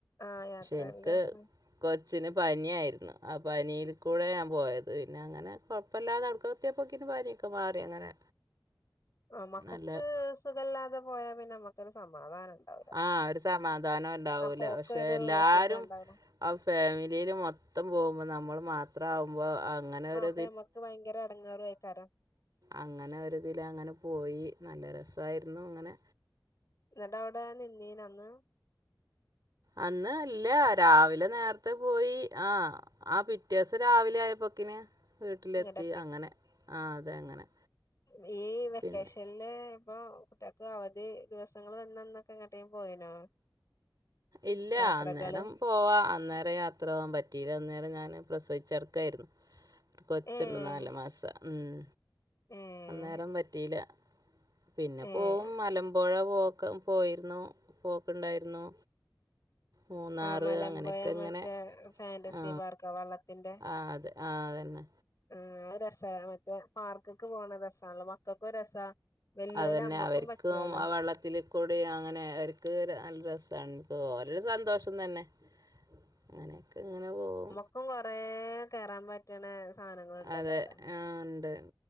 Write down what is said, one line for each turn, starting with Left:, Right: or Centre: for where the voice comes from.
Left: ആഹ് യാത്രല്ല
Right: പക്ഷെ എനിക്ക്
Left: രസം
Right: കൊച്ചിന് പനി ആയിരുന്നു. ആ പനിയില്ക്കൂടെ ഞാൻ പോയത് പി പിന്നങ്ങനെ.. കൊഴപ്പില്ലാതെ അവിടക്കെത്തിയപ്പോക്കിന് പനിയൊക്കെ മാറി അങ്ങനെ
Left: ങാ.. മക്കക്ക്
Right: നല്ല
Left: സുഖല്ലാതെ പോയാ പിന്നെ നമ്മക്കൊരു സമാധാനം ഉണ്ടാ
Right: ങാ... ഒരു സമാധാനം ഉണ്ടാവൂല
Left: അപ്പോക്കൊരു
Right: പക്ഷെ എല്ലാരും
Left: സുഖം ഉണ്ടാവൂല
Right: ആ ഫാമിലിയില് മൊത്തം പോകുമ്പോ, നമ്മൾ മാത്രം ആവുമ്പോ അങ്ങനെ ഒരു
Left: അപ്പ നമുക്ക് ഭയങ്കര ഇടങ്ങേറും ആയിക്കാര
Right: അങ്ങന ഒരിതില് അങ്ങനെ പോയി... നല്ല രസായിരുന്നു അങ്ങനെ
Left: എന്നിട്ടവിട നിന്നീനന്ന്?
Right: അന്ന് ല്ല.. രാവില നേരത്തെ പോയി ങാ ആ പിറ്റേ ദിവസം രാവിലെ ആയപ്പോക്കിന് വീട്ടിലെത്തി...
Left: ഇങ്ങട്ട്
Right: അങ്ങനെ.. ആ.. അതെ.. അങ്ങനെ.
Left: നീ... ഈ വെക്കേഷൻ
Right: പിന്നെ
Left: ലെഇപ്പൊ.. കുട്ടികക്ക് അവധി ദിവസങ്ങള് വന്നന്നൊക്കെ എങ്ങോട്ടേലും പോയിനോ?
Right: ഇല്ല
Left: യാത്രകള്
Right: അന്നേരം പോവാ.. അന്നരം യാത്ര പോവാമ്പറ്റിയിലന്നേരം ഞാന് പ്രസവിച്ചെടക്കെയാരുന്നു. കൊച്ചുണ്ട്.
Left: ഏഹ്
Right: നാല് മാസം. ഉം...
Left: ഏഹ്
Right: അന്നേരം പറ്റീല്ല. പിന്നെ
Left: ഏഹ്
Right: പോവും മലമ്പുഴപോക്കം പോയിരുന്നു... പോക്കുണ്ടായിരുന്നു... മൂന്നാറ്
Left: ആ മലമ്പുഴമറ്റേ
Right: അങ്ങനെയൊക്കെ ഇങ്ങനെ
Left: ഫാന്റസി
Right: ആ
Left: പാർക്കാ വെള്ളത്തിൻ്റെ
Right: ആ, അത് ആ അതന്നെ
Left: ആ രസാ മറ്റേ പാർക്കൊക്ക പോണ രസാ മക്കൾക്കെ രസാ വല്യോല്
Right: അതുന്നെ
Left: അമ്മക്കും
Right: അവർക്കും
Left: പറ്റുവല്ലോ
Right: ആ വെള്ളത്തി കൂടി അങ്ങനെ അവ നല്ല രസമാണ് എനിക്ക് ഓരരു സന്തോഷം തന്നെ അങ്ങനെയൊക്കെ ഇങ്ങനെ പോകും
Left: ഇപ്പോ കൊറേ കേറാൻ പറ്റണ സാധനങ്ങളുണ്ടല്ലോ
Right: അതെ
Left: അവിടെ
Right: ആ ഉണ്ട്